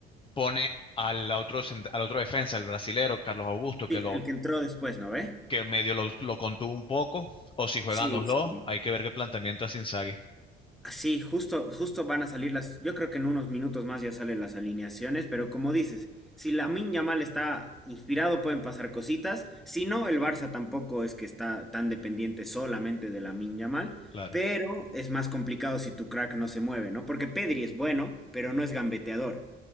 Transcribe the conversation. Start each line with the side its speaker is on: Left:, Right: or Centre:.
Left: pone al otro, cent- al otro defensa, el brasilero, Carlos Augusto, que,
Centre: Sí,
Left: lo,
Centre: el que entró después, ¿no ve?
Left: que medio lo, lo contuvo un poco, o si juegan
Centre: Sí,
Left: los dos,
Centre: sí.
Left: hay que ver qué planteamiento hace Inzaghi,
Centre: Sí, justo, justo van a salir las. Yo creo que en unos minutos más ya salen las alineaciones, pero como dices, si Lamine Yamal está inspirado, pueden pasar cositas. Si no, el Barça tampoco es que está tan dependiente solamente de Lamine Yamal,
Left: claro.
Centre: pero es más complicado si tu crack no se mueve, ¿no? Porque Pedri es bueno, pero no es gambeteador.